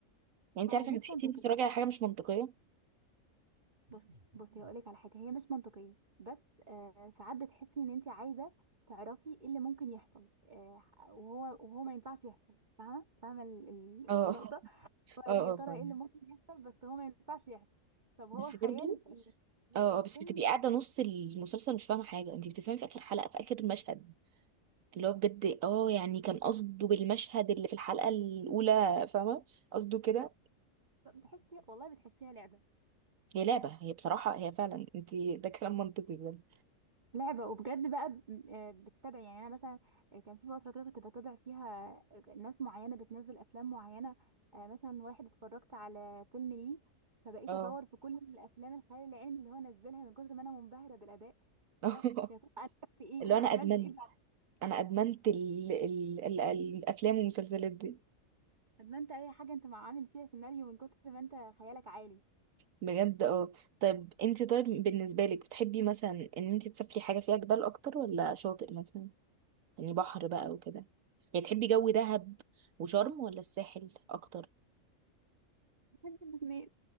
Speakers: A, on the right; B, on the right.
A: يعني انت
B: ما
A: عارفه
B: هو مش
A: لما تحسي
B: منطقي
A: انت بتتفرجي على حاجه مش منطقيه
B: بصي بصي هقولك على حاجه هي مش منطقيه بس آه ساعات بتحسي ان انت عايزه تعرفي ايه اللي ممكن يحصل آه وهو وهو ما ينفعش يحصل فاهمه فاهمه ال- ال- النقطه
A: اه <laughs>
B: هو
A: اه
B: إيه يا
A: اه
B: ترى
A: فاهمه
B: ايه اللي ممكن يحصل بس هو ما ينفعش يحصل طب هو
A: بس
B: خيال
A: برضو
B: ال- في الفيلم
A: اه آه، بس بتبقي قاعده نص المسلسل مش فاهمه حاجه انت بتفهمي في اخر حلقه في اخر المشهد اللي هو بجد اه يعني كان قصده بالمشهد اللي في الحلقه الاولى فاهمه قصده كده
B: بتحسي والله بتحسيها لعبه
A: هي لعبه هي بصراحه هي فعلا انت ده كلام منطقي بجد
B: لعبة وبجد بقى ب- آه بتتابع يعني انا مثلا كان في فترة كده كنت بتابع فيها آه، ناس معينة بتنزل افلام معينة آه مثلا واحد اتفرجت على فيلم ليه فبقيت
A: اه
B: ادور في كل الافلام الخيال العلمي اللي هو نزلها من كتر ما انا منبهرة بالاداء
A: <laughs>
B: اللي هو يا ترى اديت ايه
A: اللي هو انا
B: عملت
A: ادمنت
B: ايه بعد
A: انا ادمنت ال ال ال الافلام والمسلسلات دي
B: طب ما انت اي حاجة انت مع عامل فيها سيناريو من كتر ما انت خيالك عالي
A: بجد اه طيب انت طيب بالنسبه لك بتحبي مثلا ان انت تسافري حاجه فيها جبال اكتر ولا شاطئ مثلا يعني بحر بقى وكده يعني تحبي جو دهب وشرم ولا الساحل اكتر
B: بحب الاثنين